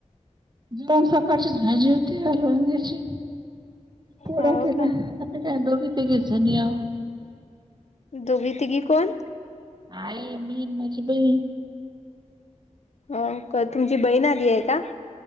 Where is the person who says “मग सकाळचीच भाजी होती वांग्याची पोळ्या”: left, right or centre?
Right